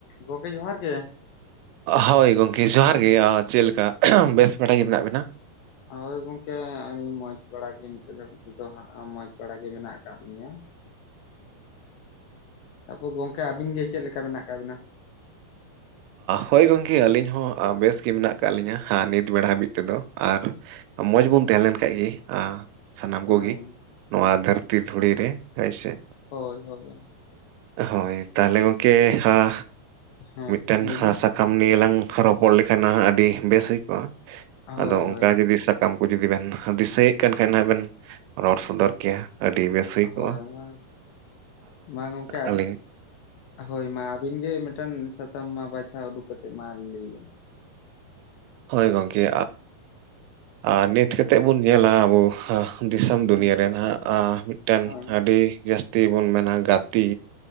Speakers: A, on the left; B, on the right.
A: ᱜᱚᱝᱠᱮ ᱡᱚᱦᱟᱨ ᱜᱮ ᱾
B: ᱦᱚᱭ ᱜᱚᱢᱠᱮ ᱡᱚᱦᱟᱨ ᱜᱮ ᱾ ᱪᱮᱫ ᱞᱮᱠᱟ ᱵᱮᱥ ᱵᱟᱲᱟ ᱜᱮ ᱢᱮᱱᱟᱜ ᱵᱮᱱᱟ?
A: ᱦᱚᱭ ᱜᱚᱝᱠᱮ ᱟᱹᱞᱤᱧ ᱢᱚᱸᱡᱽ ᱵᱟᱲᱟ ᱜᱮ ᱱᱤᱛᱚᱜ ᱫᱷᱟᱹᱵᱤᱡ ᱛᱮᱫᱚ ᱦᱟᱸᱜ ᱢᱚᱸᱡᱽ ᱵᱟᱲᱟ ᱜᱮ ᱢᱮᱱᱟᱜ ᱟᱠᱟᱫ ᱞᱤᱧᱟ ᱾ ᱛᱟᱯᱚᱨ ᱜᱚᱝᱠᱮ ᱟᱵᱤᱱ ᱜᱮ ᱪᱮᱫ ᱞᱮᱠᱟ ᱢᱮᱱᱟᱜ ᱠᱟᱜ ᱵᱤᱱᱟ?
B: ᱦᱚᱭ ᱜᱚᱝᱠᱮ ᱟᱹᱞᱤᱧ ᱦᱚᱸ ᱵᱮᱥ ᱜᱮ ᱢᱮᱱᱟᱜ ᱟᱠᱟᱫ ᱞᱤᱧᱟᱹ ᱦᱮ ᱱᱤᱛ ᱵᱮᱲᱟ ᱦᱟᱹᱵᱤᱡ ᱛᱮᱫᱚ ᱾ ᱟᱨ ᱢᱚᱡᱽ ᱵᱚᱱ ᱛᱟᱦᱮᱸ ᱞᱮᱱ ᱠᱷᱟᱡ ᱜᱮ ᱥᱟᱱᱟᱢ
A: ᱦᱳᱭ
B: ᱠᱚᱜᱮ ᱱᱚᱣᱟ ᱫᱷᱟᱹᱨᱛᱤ ᱫᱷᱩᱲᱤ
A: ᱦᱳᱭ
B: ᱨᱮ ᱦᱚᱭ ᱥᱮ
A: ᱦᱳᱭ ᱦᱳᱭ
B: ᱦᱚᱭ ᱛᱟᱦᱚᱞᱮ ᱜᱚᱝᱠᱮ ᱦᱟᱸ
A: ᱦᱮᱸ
B: ᱢᱤᱫᱴᱮᱱ
A: ᱞᱟᱹᱭ ᱵᱤᱱ
B: ᱥᱟᱠᱟᱢ ᱱᱤᱭᱮ ᱞᱟᱝ ᱨᱚᱯᱚᱲ ᱞᱮᱠᱷᱟᱱ ᱟᱹᱰᱤ ᱵᱮᱥ ᱦᱩᱭ ᱠᱚᱜᱼᱟ ᱾
A: ᱦᱳᱭ
B: ᱟᱫᱚ
A: ᱦᱳᱭ
B: ᱚᱱᱠᱟ ᱡᱩᱫᱤ ᱥᱟ ᱥᱟᱠᱟᱢ ᱠᱚ ᱡᱩᱫᱤ ᱵᱮᱱ ᱫᱤᱥᱟᱹᱭᱮᱫ ᱠᱷᱟᱱ ᱵᱮᱱ ᱨᱚᱲ ᱥᱚᱫᱚᱨ ᱠᱮᱭᱟ ᱾ ᱟᱹᱰᱤ ᱵᱮᱥ ᱦᱩᱭ ᱠᱚᱜᱼᱟ
A: ᱦᱳᱭ
B: ᱾
A: ᱦᱳᱭ ᱢᱟ ᱜᱚᱝᱠᱮ
B: ᱟᱹᱞᱤᱧ
A: ᱦᱳᱭ ᱢᱟ ᱟᱹᱵᱤᱱ ᱜᱮ ᱢᱤᱫᱴᱟᱝ ᱥᱚᱛᱟᱢ ᱢᱟ ᱵᱟᱪᱷᱟᱣ ᱩᱰᱩᱠ ᱠᱟᱛᱮᱫ ᱢᱟ ᱞᱟᱹᱭ ᱵᱮᱱ?
B: ᱦᱳᱭ ᱜᱚᱢᱠᱮ ᱟ ᱱᱤᱛ ᱠᱟᱛᱮᱫ ᱵᱩᱱ ᱧᱮᱞᱟ ᱟᱵᱚ ᱫᱤᱥᱚᱢ
A: ᱦᱳᱭ
B: ᱫᱩᱱᱤᱭᱟᱹ ᱨᱮᱱᱟᱜ ᱢᱤᱫᱴᱮᱱ
A: ᱦᱳᱭ
B: ᱟᱹᱰᱤ ᱡᱟᱹᱥᱛᱤ ᱵᱚᱱ ᱢᱮᱱᱟ ᱜᱟᱛᱤ